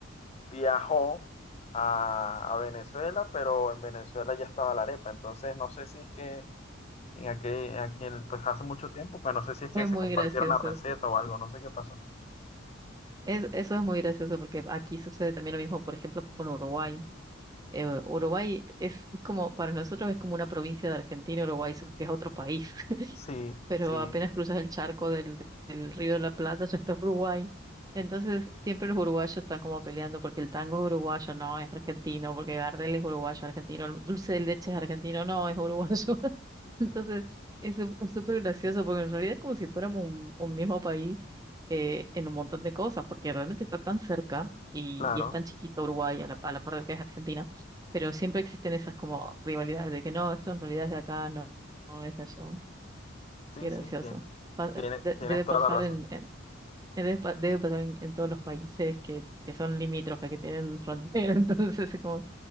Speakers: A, on the left; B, on the right.
A: viajó a, a Venezuela, pero en Venezuela ya estaba la arepa. Entonces no sé si es que en aquel, en aquel, pues hace mucho tiempo, pero no sé si es que
B: es
A: se
B: muy
A: compartieron
B: gracioso
A: la receta
B: eso.
A: o algo, no sé qué pasó.
B: Es, eso es muy gracioso porque aquí sucede también lo mismo, por ejemplo, con Uruguay. Eh, Uruguay es, es como, para nosotros es como una provincia de Argentina, Uruguay, solo que es otro país.
A: Sí,
B: pero
A: sí,
B: apenas cruzas el charco del, del Río de la Plata, ya está Uruguay. Entonces, siempre los uruguayos están como peleando porque el tango es uruguayo, no es argentino, porque Gardel es uruguayo, argentino, el dulce de leche es argentino, no es uruguayo. <laughs> Entonces, es su- es súper gracioso porque en realidad es como si fuéramos un, un mismo país eh, en un montón de cosas, porque realmente está tan cerca y,
A: claro.
B: y es tan chiquito Uruguay a la, a la par del que es Argentina, pero siempre existen esas como rivalidades de que no, esto en realidad es de acá, no, no es de allá.
A: Sí,
B: Qué gracioso.
A: sí, tien-
B: Pa-
A: tiene,
B: eh, de-
A: tienes
B: Debe
A: toda
B: pasar
A: la razón.
B: en, en- debe, pa- debe pasar en, en todos los países que, que son limítrofes, que tienen frontera, <laughs> entonces es como,